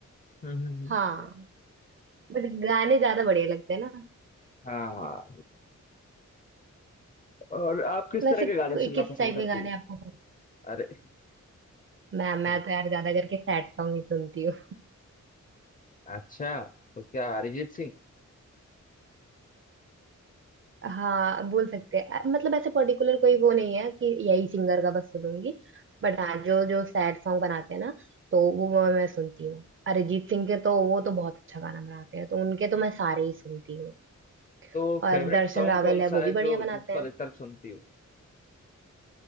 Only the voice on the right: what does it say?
हाँ
बट गाने ज्यादा बढ़िया लगते हैं ना
वैसे
कोई-
किस
टाइप
के गाने
आपको
मैं मैं
तो यार ज्यादा करके सैड सॉन्ग ही सुनती हूँ
<laughs> हाँ बोल सकते हैं अ, मतलब ऐसे पर्टिकुलर कोई वो नहीं है कि यही सिंगर का बस सुनूंगी बट हाँ जो जो सैड सॉन्ग बनाते हैं ना तो वो मैं, मैं सुनती हूँ अरिजीत सिंह के तो वो तो बहुत अच्छा गाना बनाते हैं तो उनके तो मैं सारे ही सुनती हूँ
और
दर्शन
रावल
है वो
भी
बढ़िया
बनाते
हैं